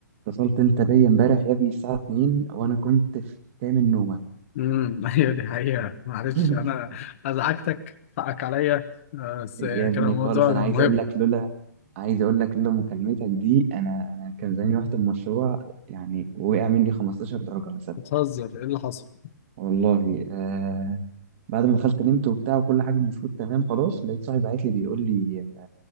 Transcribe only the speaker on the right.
اتصلت انت بيا امبارح يا ابني الساعة 2 وانا كنت في كامل نومة
<laughs>
يا
ابني
خالص انا
عايز
اقول لك لولا عايز اقول لك لولا مكالمتك دي انا انا كان زماني رحت المشروع يعني وقع مني 15 درجة مثلا
والله آه بعد ما دخلت نمت وبتاع وكل حاجة المفروض تمام خلاص لقيت صاحبي بعت لي بيقول لي